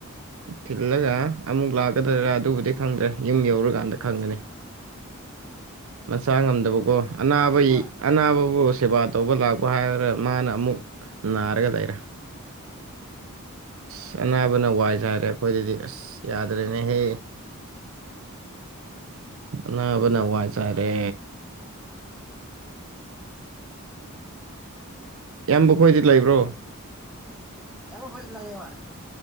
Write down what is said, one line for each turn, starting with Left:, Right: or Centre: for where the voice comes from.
Right: ꯊꯤꯜꯂꯒ ꯑꯃꯨꯛ ꯂꯥꯛꯀꯗꯔꯥ ꯑꯗꯨꯕꯨꯗꯤ ꯈꯪꯗ꯭ꯔꯦ ꯌꯨꯝ ꯌꯧꯔꯀꯥꯟꯗ ꯈꯪꯒꯅꯤ ꯃꯆꯥ ꯉꯝꯗꯕꯀꯣ ꯑꯅꯥꯕ
Centre: ꯍꯣꯏ
Right: ꯑꯅꯥꯕꯕꯨ ꯁꯦꯕꯥ ꯇꯧꯕ ꯂꯥꯛꯄ ꯍꯥꯏꯔꯒ ꯃꯥꯅ ꯑꯃꯨꯛ ꯅꯥꯔꯒ ꯂꯩꯔꯦ ꯑꯁ ꯑꯅꯥꯕꯅ
Centre: ꯑꯣ
Right: ꯋꯥꯏ ꯆꯥꯏꯔꯦ ꯑꯩꯈꯣꯏꯗꯗꯤ ꯑꯁ ꯌꯥꯗ꯭ꯔꯦꯅꯦꯍꯦ ꯑꯅꯥꯕꯅ ꯋꯥꯏ ꯆꯥꯏꯔꯦ ꯑꯦꯝꯕ ꯈꯣꯏꯗꯤ ꯂꯩꯕ꯭ꯔꯣ
Centre: ꯑꯦꯝꯕ ꯈꯣꯏꯗ ꯂꯩꯌꯦ ꯍꯣꯏ